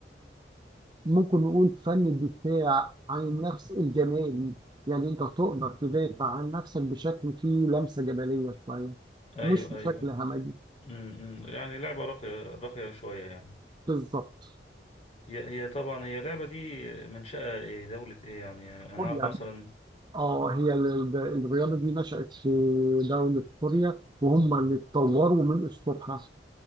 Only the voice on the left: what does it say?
أيوه
أيوه
امم يعني لعبة راقية راقية شوية يعني
هي هي طبعا هي اللعبة دي منشأة ايه دولة ايه يعني
انا اعرف مثلا
امم